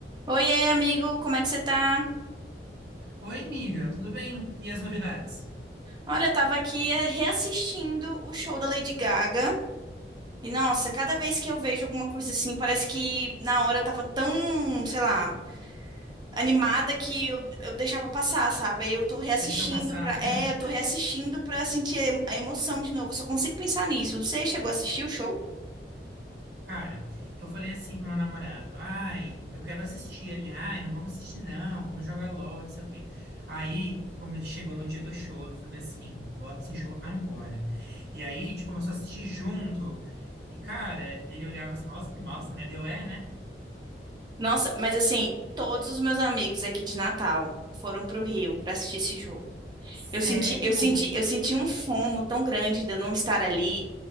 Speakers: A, on the right; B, on the right.
A: Oiê, amigo, como é que você tá?
B: Oi, amiga, tudo bem? E as novidades?
A: Olha, eu tava aqui eh, reassistindo o show da Lady Gaga. E nossa, cada vez que eu vejo alguma coisa assim, parece que na hora eu tava tão, sei lá, animada que eu, eu deixava passar, sabe? Aí eu tô reassistindo
B: Deixa eu passar.
A: pra.
B: <laughs>
A: É, eu tô reassistindo pra sentir a emoção de novo. Eu só consigo pensar nisso. Você chegou a assistir o show?
B: Cara, eu falei assim pro meu namorado: ai, eu quero assistir. Ele, ai, não vamos assistir, não, vamos jogar LOL, não sei o quê. Aí, como chegou no dia do show, eu falei assim: bota esse show agora. E aí, a gente começou a assistir junto. E, cara, ele olhava assim: nossa, que massa, né? Deu é, né?
A: Nossa, mas assim, todos os meus amigos aqui de Natal foram pro Rio pra assistir esse jogo.
B: Sério?
A: Eu senti, eu senti, eu senti um fomo tão grande de eu não estar ali.